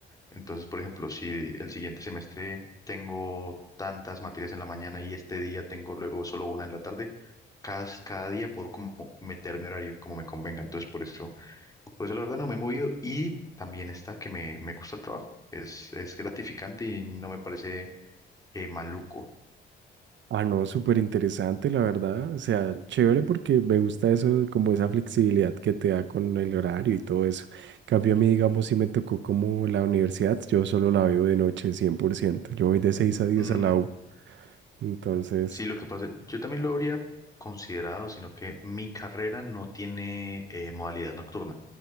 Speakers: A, on the left; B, on the right.
A: Entonces, por ejemplo, si el siguiente semestre tengo tantas materias en la mañana y este día tengo luego solo una en la tarde, cada, cada día puedo como meter mi horario como me convenga. Entonces, por eso, por eso la verdad no me he movido y también está que me, me gusta el trabajo. Es, es gratificante y no me parece eh, maluco.
B: Ah, no, súper interesante, la verdad. O sea, chévere porque me gusta eso, como esa flexibilidad que te da con el horario y todo eso. En Cambio a mí, digamos, si me tocó como la universidad, yo solo la veo de noche, cien por ciento Yo voy de seis a diez
A: Mm,
B: a la U. Entonces,
A: sí, lo que pasa, yo también lo habría considerado, sino que mi carrera no tiene eh, modalidad nocturna,